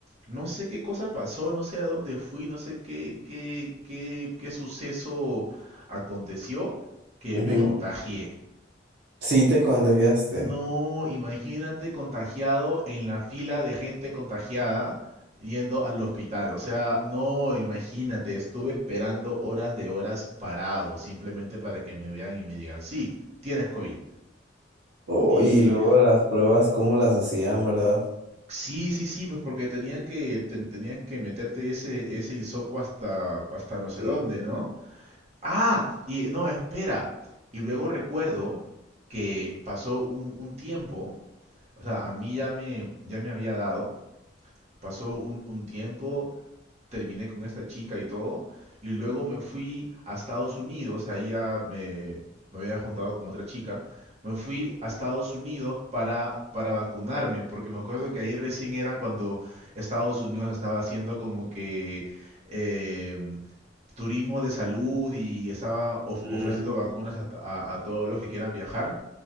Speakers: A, on the right; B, on the right.
A: no sé qué cosa pasó, no sé a dónde fui, no sé qué, qué, qué, qué suceso aconteció que
B: ujú.
A: me contagié.
B: Sí te contagiaste.
A: No, imagínate contagiado en la fila de gente contagiada yendo al hospital. O sea, no, imagínate, estuve esperando horas de horas parado, simplemente para que me vean y me digan, sí, tienes COVID.
B: Oh,
A: Y
B: y luego las pruebas, ¿cómo las hacían, verdad?
A: Sí, sí, sí, pues porque tenían que ten- tenían que meterte ese ese hisopo hasta hasta no sé
B: Sí.
A: dónde, ¿no? Ah, y no, espera. Y luego recuerdo que pasó un, un tiempo, o sea, a mí ya me ya me había dado, pasó un, un tiempo terminé con esta chica y todo, y luego me fui a Estados Unidos, ahí ya me, me había juntado con otra chica, me fui a Estados Unidos para, para vacunarme, porque me acuerdo que ahí recién era cuando Estados Unidos estaba haciendo como que eh, turismo de salud y estaba of-
B: Mm,
A: ofreciendo vacunas a, a- a todos los que quieran viajar.